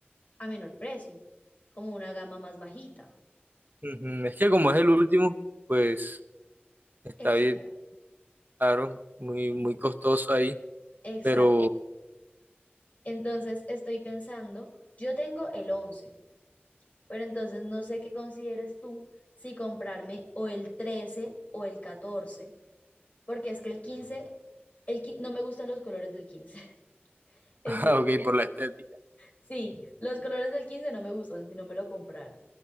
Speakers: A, on the left (about 40°); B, on the right (about 50°).
A: a menor precio, como una gama más bajita.
B: Ujú, Es que como es el último, pues está
A: exacto
B: bien, claro, muy, muy costoso ahí,
A: Exacto.
B: pero, <laughs>
A: Entonces estoy pensando, yo tengo el 11, pero entonces no sé qué consideres tú si comprarme o el 13 o el 14, porque es que el 15, el, qui- no me gustan los colores del 15. <laughs> Entonces,
B: ah, ok, por la estética.
A: sí, los colores del 15 no me gustan si no me lo comprara,